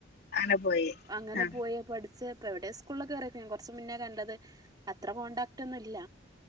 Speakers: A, on the left; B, on the right.
A: അങ്ങനെ പോയി
B: അങ്ങനെ
A: ആ
B: പോയി പഠി എവിടെ സ്കൂളാ കേറിക്ക കൊറച്ച് മുന്നേ കണ്ടത് അത്ര കോണ്ടാക്ട് ഒന്നും ഇല്ല